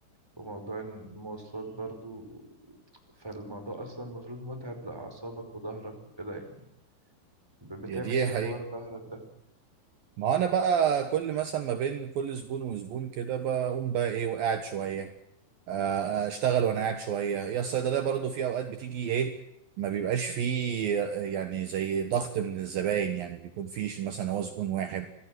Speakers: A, in the centre; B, on the right.
A: وموضوع المواصلات برضو فالموضوع اصلا المفروض متعب لاعصابك وظهرك وكده يعني ب- بتعمل
B: هي دي
A: ايه في
B: حقيقة
A: حوار ظهرك ده
B: ما انا بقى كل مثلا ما بين كل زبون وزبون كده بقوم بقى ايه وقاعد شوية آه، اشتغل وانا قاعد شويه هي الصيدليه برضو في اوقات بتيجي ايه ما بيبقاش فيه آه، يعني زي ضغط من الزباين يعني بيكون فيش مثلا هو زبون واحد